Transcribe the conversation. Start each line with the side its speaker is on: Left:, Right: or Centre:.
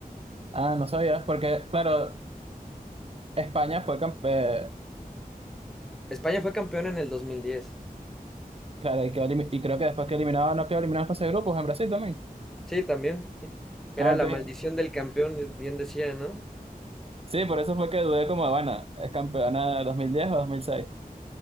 Right: Ah, no sabías, porque, claro, España fue campeón,
Centre: España fue campeón en el dos mil diez
Right: claro, y, quedó elimi- y creo que después que eliminaron, no quedó eliminado en fase de grupos en Brasil también.
Centre: Sí, también. sí.
Right: Ah,
Centre: Era la
Right: ok.
Centre: maldición del campeón, bien decía, ¿no?
Right: Sí, por eso fue que dudé como, bueno, ¿es campeona de 2010 o 2006?